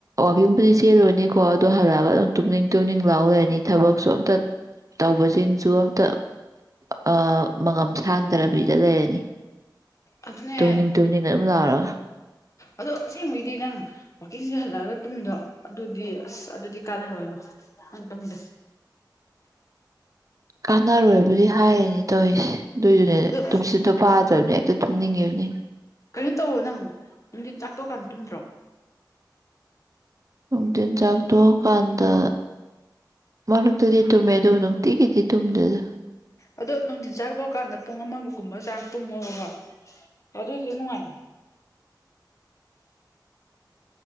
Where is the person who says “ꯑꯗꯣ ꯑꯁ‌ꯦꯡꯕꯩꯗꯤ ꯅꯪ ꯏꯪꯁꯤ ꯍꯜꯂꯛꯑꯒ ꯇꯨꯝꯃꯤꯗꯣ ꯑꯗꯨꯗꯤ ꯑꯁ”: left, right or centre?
Left